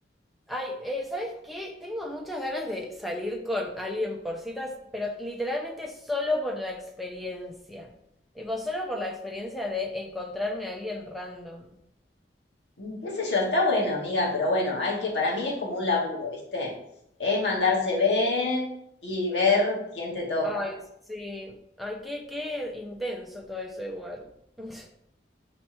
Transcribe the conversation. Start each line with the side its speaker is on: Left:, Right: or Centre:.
Centre: Ay, eh, ¿sabes qué? Tengo muchas ganas de salir con alguien por citas, pero literalmente solo por la experiencia. Tipo, solo por la experiencia de encontrarme a alguien random.
Left: Mm, Qué sé yo, está bueno, amiga, pero bueno, hay que, para mí es como un laburo, ¿viste? Es mandarse ver y ver quién te toca.
Centre: Ay, sí. Ay, qué, qué intenso todo eso igual. <laughs>